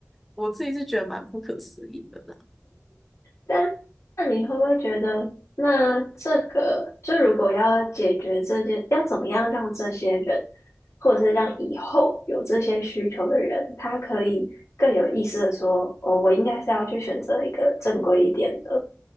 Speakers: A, in the centre; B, on the left (about 80°).
A: 我自己是觉得蛮不可思议的啦。
B: 但那你会不会觉得，那这个就如果要解决这件，要怎么样让这些人，或者是让以后有这些需求的人，他可以更有意识的说，哦，我应该是要去选择一个正规一点的